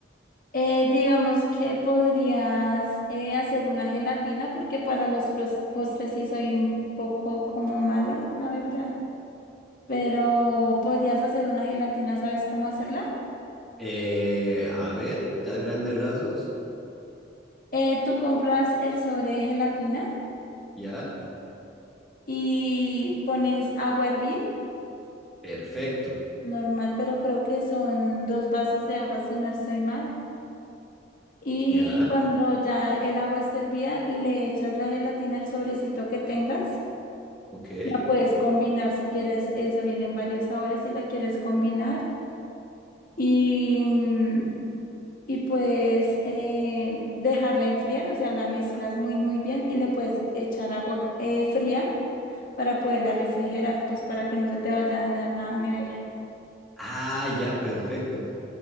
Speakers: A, on the left; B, in the centre.
A: Eh, digamos que podrías eh, hacer una gelatina porque para los pros- postres sí soy un poco como mala, la verdad. Pero podrías hacer una gelatina, ¿sabes cómo hacerla?
B: Eh, a ver, a grandes rasgos,
A: Eh, tú compras el sobre de gelatina
B: ya,
A: y pones agua a hervir,
B: perfecto,
A: normal, pero creo que son dos vasos de agua si no estoy mal. Y
B: ya,
A: cuando ya el agua esté hervida, le echas la gelatina al sobrecito que tengas.
B: ok.
A: La puedes combinar si quieres, eso viene en varios sabores si la quieres combinar. Y, mm, y puedes eh, dejarla enfriar, o sea, la mezclas muy, muy bien y le puedes echar agua eh, fría para poderla refrigerar, pues para que no se te vaya a dañar la nevera.
B: Ah, ya, perfecto.